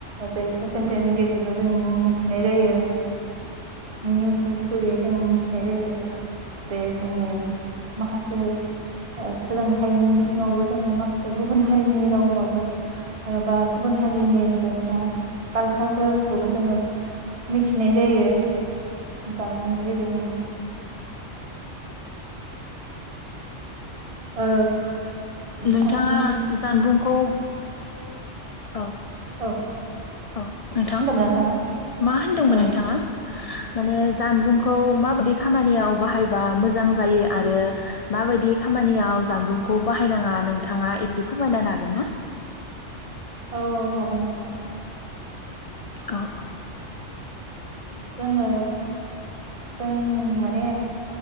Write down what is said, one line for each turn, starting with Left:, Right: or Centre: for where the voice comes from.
Right: जेरै ससियेल मिडियानि गेजेरजों जों मिथिनाय जायो निउसनि थ्रुयै जों मोनथिनाय जायो बे जोङो माखासे ओ सोलोंथाइनि बिथिङावबो जोङो माखासे गुबुन हारिनि रावबाबो बा गुबुन हारिनि जेनेबा कालचारफोरखौबो जोङो मिथिनाय जायो जानबुंनि गेजेरजोंनो ओ
Left: नोंथाङा
Right: नोंथांनि
Left: जानबुंखौ औ
Right: औ
Left: औ नोंथां
Right: होनदोंमोन नोंथाङा
Left: मा होनदोंमोन
Right: औ
Left: नोंथाङा माने जानबुंखौ माबायदि खामानियाव बाहायबा मोजां जायो आरो माबायदि खामानियाव जानबुंखौ बाहायनाङा नोंथाङा एसे फोरमायना हागोन ना
Right: औ हागोन नोंथां
Left: अ अ
Right: जोङो जों माने